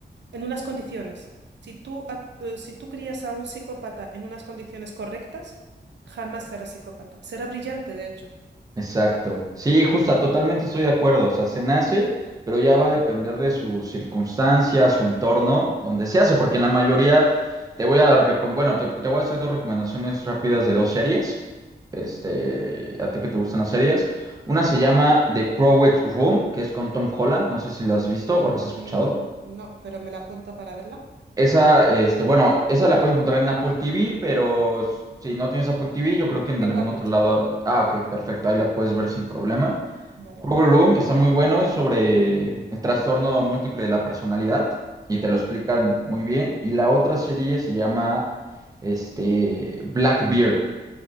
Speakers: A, on the right (about 80°); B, on the right (about 20°).
A: en unas condiciones. Si tú, a- eh, si tú crías a un psicópata en unas condiciones correctas, jamás será psicópata. Será brillante, de hecho.
B: Exacto. Sí, justa, totalmente estoy de acuerdo. O sea, se nace, pero ya va a depender de su circunstancia, su entorno, donde se hace, porque en la mayoría te voy a dar, recom- bueno, te, te voy a hacer dos recomendaciones rápidas de dos series. Este, a ti que te gustan las series. Una se llama The Crowded Room, que es con Tom Holland. No sé si la has visto o la has escuchado.
A: Mm, no, pero me la apunto para verla.
B: Esa, este, bueno, esa la puedes encontrar en Apple TV, pero si no tienes Apple TV, yo creo que en
A: Tengo
B: algún
A: Apple
B: otro
A: TV,
B: lado. Ah, ok, perfecto, ahí la puedes ver sin problema.
A: ¿vale?
B: Power Room está muy bueno, es sobre el trastorno múltiple de la personalidad y
A: Ujú.
B: te lo explican muy bien. Y la otra serie se llama este, Blackbeard,